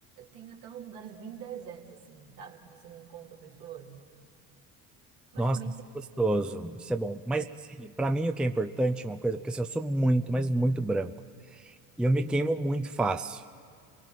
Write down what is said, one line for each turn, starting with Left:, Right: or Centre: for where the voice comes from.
Right: Tem até uns lugares bem desertos, assim, sabe? Que você não encontra pessoas. Mas
Centre: Nossa,
Right: também
Centre: isso
Right: tem.
Centre: é gostoso. Isso é bom. Mas, assim, pra mim o que é importante é uma coisa, porque assim, eu sou muito, mas muito branco. E eu me queimo muito fácil.